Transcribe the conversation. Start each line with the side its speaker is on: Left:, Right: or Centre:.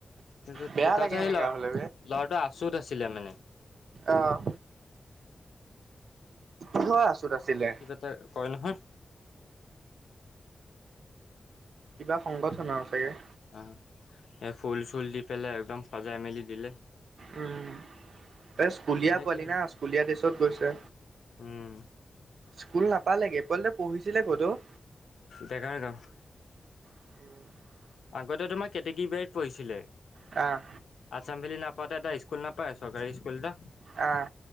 Left: তাৰপিছত
Right: বেয়া
Left: কি তাৰ
Right: লাগে
Left: পিছত সেই
Right: এনেকা
Left: ল
Right: হ'লে
Left: ল'ৰাটো আছোত আছিলে মানে।
Right: আহ হোৱা আছোত আছিলে।
Left: কিবা এটা কয় নহয়।
Right: কিবা সংগঠৰ চাগে।
Left: অ', এই ফুল চুল দি পেলাই একদম সজাই মেলি দিলে।
Right: উম, এই স্কুলীয়া
Left: তেনেকে
Right: পোৱালি না স্কুলীয়া ড্ৰেছত গৈছে।
Left: উম
Right: স্কুল নাপালেগে পোৱালিটো পঢ়িছিলে ক'তো ও?
Left: ডেকাৰাৰ গাঁও।
Right: <inaudible>
Left: আগতে তোমাৰ কেতেকিবাৰী বাৰীত পঢ়িছিলে।
Right: অ'।
Left: আচাম ভেলি নাপাওঁতে এটা স্কুল নাপায় চৰকাৰী স্কুল এটা
Right: আহ।